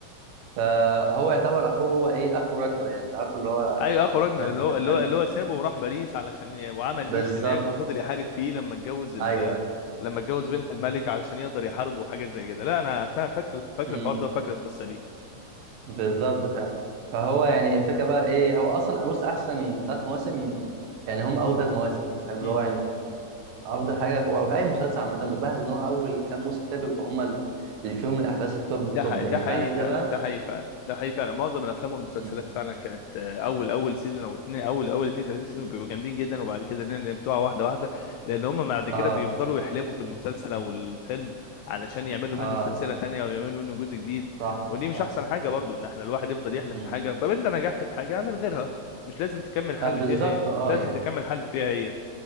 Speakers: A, on the right (about 75°); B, on the left (about 85°).
A: فهو يعتبر اخوه هو ايه اخو راجنر يعني انت عارفه اللي هو
B: ايوه اخو راجنر
A: لما
B: اللي هو اللي
A: خانه
B: هو اللي هو سابه وراح باريس علشان ي- وعمل
A: بالظبط
B: جيش هناك وفضل يحارب فيه لما اتجوز ال...
A: ايوه
B: لما اتجوز بنت الملك علشان يقدر يحاربه وحاجات زي كده لا انا فا- فاكر فاكر
A: امم
B: الحوار ده وفاكر القصه
A: بالظبط فعلا فهو يعني الفكره بقى ايه هو اصلا بص احسن ثلاث مواسم يعني هم اول ثلاث مواسم يعني فاهم اللي
B: دي
A: هو يعني افضل حاجه وفي اي مسلسل عامه بتلاحظ ان هو اول كام موسم كده بيبقوا هم اللي فيهم الاحداث التوب التوب
B: ده حقيقي
A: يعني
B: ده حقيقي
A: بعد كده
B: فعلا
A: بقى
B: ده حقيقي فعلا ده حقيقي فعلا معظم الافلام والمسلسلات
A: مم.
B: فعلا كانت آه، اول اول سيزون او اتنين اول اول اتنين تلاته سيزون بيبقوا جامدين جدا وبعد كده الدنيا بتقع واحده واحده لان هم بعد
A: اه
B: كده بيفضلوا يحلبوا في المسلسل او الفيلم علشان يعملوا
A: اه
B: منه سلسله تانيه او يعملوا منه جزء جديد
A: صح
B: ودي مش
A: صح
B: احسن حاجه برضو ان احنا الواحد يفضل يحلب
A: مم.
B: في حاجه طب انت نجحت في حاجه اعمل غيرها مش لازم تكمل حل
A: آه بالظبط
B: فيها هي
A: اه
B: مش لازم
A: يعني
B: تكمل حل فيها هي